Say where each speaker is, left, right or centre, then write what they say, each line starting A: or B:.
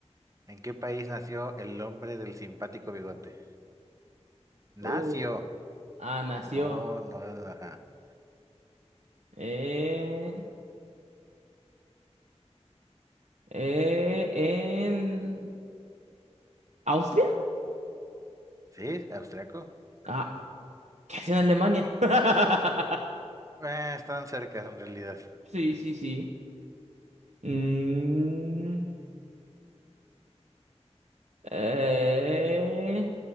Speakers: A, on the right (about 30°); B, on the right (about 85°).
A: ¿En qué país nació el hombre del simpático bigote? Nació.
B: Uh, ah, nació.
A: No, no, ajá.
B: eh, eh, en Austria.
A: ¿Sí? ¿Austriaco?
B: Ah, ¿qué hace en Alemania? <laughs>
A: Eh, están cerca en realidad.
B: Sí, sí, sí. Mm, Eh,